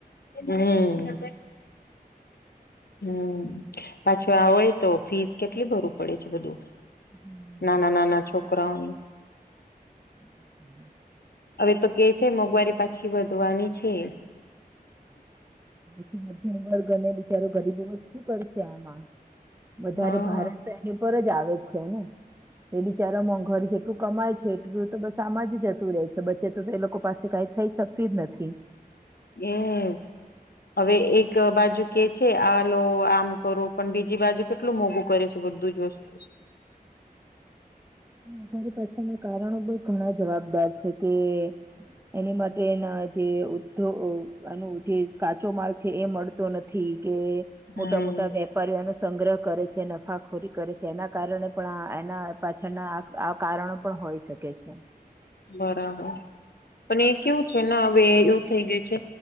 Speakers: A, on the left; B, on the right.
A: હમ્મ. હમ્મ પાછો આવય તો ફીસ કેટલી ભરવ પડે છે બધું.
B: હમ.
A: ના ના ના ના છોક. <unintelligible>
B: <inaudible>
A: હવે તો કે છે મોંઘવારી પાછી વધવાની છે.
B: હ. વર્ગ અને બિચારો ગરીબો શું કરશે આમાં. વધારે
A: હા
B: ભારત તો એની ઉપર જ આવે. આવે છેને એ બિચારા મોંઘર જેટલું કમાય છે એટલું તો બસ આમાં જ જતું રહેે છે બચ્ચે તો તો એ લોકો પાસે કઈ થઈ શકતી જ નથી.
A: એજ હવે એક બાજુ કે છે આ લો આમ કરો પણ બીજી બાજુ કેટલું મોંઘું કરે છે બધું જ વસ્તુ.
B: અમારી પાસેના કારણો પણ ઘણા જવાબદાર છે કે એની માટેના જે ઉ આનું જે કાચો માલ છે એ મળતો નથી. કે
A: હમ
B: મોટા મોટા વેપારીઓ એનો સંગ્રહ કરે. જે નફાખોરી કરે છે એના કારણે પણ એના પાછળના આ કારણો પણ હોય શકે છે.
A: બરાબર પણ એ કેવું છે ને હવે એવું થઈ ગયું છે